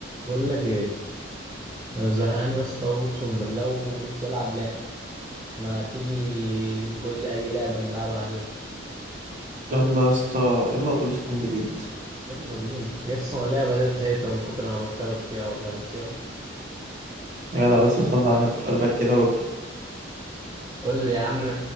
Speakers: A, on the right; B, on the right.
A: بقول لك ايه انا زهقان يا اسطى اقسم بالله ونفسي العب لعبه ما تيجي قول لي اي لعبه نلعبها كده
B: يلا يا اسطى يلا اتوبيس كومبليت
A: يلا بينا يا اسطى انا اللعبه ديت زهقت من كتر ما بكسبك فيها والله بس يلا
B: يا جدع بس صلي على النبي في قلبك كده وابدأ
A: قول لي يا عم